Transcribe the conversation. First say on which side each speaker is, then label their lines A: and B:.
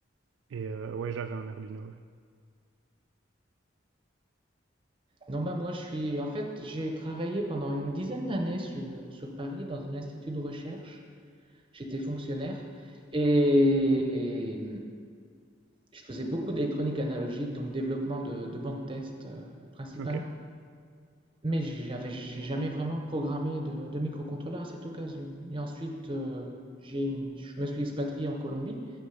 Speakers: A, on the right; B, on the right.
A: Et euh, ouais, j'avais un Arduino. ouais.
B: Non, bah moi, je suis. En fait, j'ai travaillé pendant une dizaine d'années sur, sur Paris dans un institut de recherche. J'étais fonctionnaire. Et Je faisais beaucoup d'électronique analogique, donc développement de, de bandes test euh, principalement.
A: Ok.
B: Mais j'avais, j'ai jamais vraiment programmé de, de microcontrôleur à cette occasion. Et ensuite, euh, j'ai, je me suis expatrié en Colombie